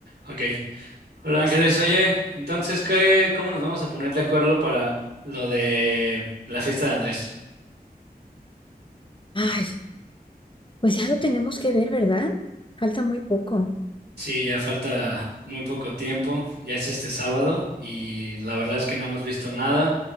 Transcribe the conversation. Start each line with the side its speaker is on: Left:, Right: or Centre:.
Right: Ok. Hola Ángeles, oye, entonces, ¿qué, cómo nos vamos a poner de acuerdo para lo de la fiesta de Andrés?
Left: Ay, pues ya lo tenemos que ver, ¿verdad? Falta muy poco.
Right: Sí, ya falta muy poco tiempo, ya es este sábado y la verdad es que no hemos visto nada.